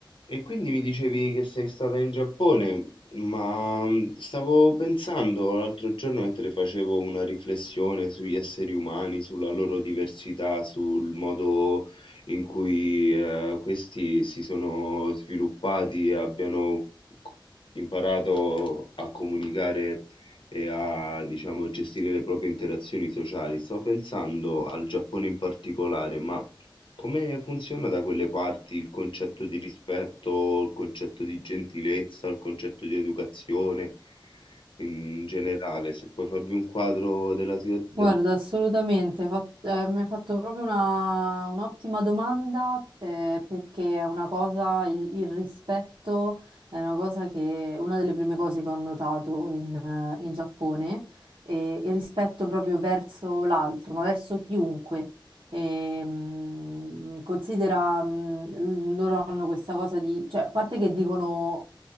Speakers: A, on the left (about 75°); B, on the right (about 70°).
A: E quindi mi dicevi che sei stata in Giappone, ma mm, stavo pensando l'altro giorno mentre facevo una riflessione sugli esseri umani, sulla loro diversità, sul modo in cui eh, questi si sono sviluppati e abbiano c- imparato a comunicare e a, diciamo, gestire le proprie interazioni sociali. Stavo pensando al Giappone in particolare, ma come funziona da quelle parti il concetto di rispetto, il concetto di gentilezza, il concetto di educazione in generale? Se puoi farmi un quadro della situazione...
B: Guarda, assolutamente, fa- eh, mi hai fatto proprio una- un'ottima domanda eh, perché è una cosa, il, il rispetto è una cosa che, una delle prime cose che ho notato in, eh, in Giappone, e il rispetto proprio verso l'altro, ma verso chiunque. E, mh, considera, mh, loro hanno questa cosa di, cioè, a parte che dicono